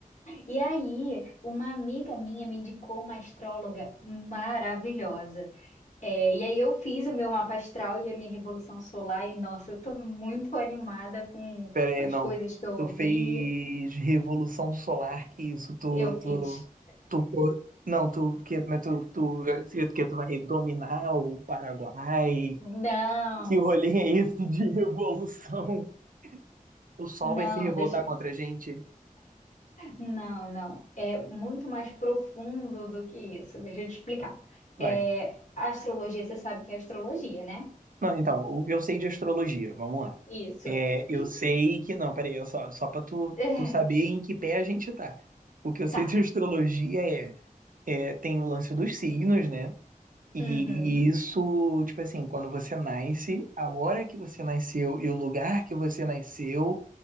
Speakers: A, on the left (about 55°); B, on the right (about 70°).
A: E aí, uma amiga minha me indicou uma astróloga maravilhosa. É, e aí eu fiz o meu mapa astral e a minha revolução solar, e nossa, eu tô muito animada com
B: Pera aí,
A: com as
B: não.
A: coisas que eu ouvi.
B: Tu fez Revolução Solar, que isso, tu,
A: Eu fiz.
B: tu, tu, co- não, tu, que, mas tu, tu, que tu vai dominar o Paraguai.
A: Não,
B: Que rolê é esse de <laughs> revolução? O sol
A: não,
B: vai se revoltar
A: deixa.
B: contra a gente?
A: Não, não. É muito mais profundo do que isso. Deixa eu te explicar.
B: Vai.
A: É, a astrologia, você sabe que é astrologia, né?
B: Não, então, o que eu sei de astrologia, vamos lá.
A: Isso.
B: É, eu
A: Isso.
B: sei que. Não, peraí, é só, só pra tu,
A: É,
B: tu saber em que pé a gente tá. O que eu sei
A: tá.
B: de astrologia é, é, tem o lance dos signos, né? E
A: Uhum.
B: isso, tipo assim, quando você nasce, a hora que você nasceu e o lugar que você nasceu,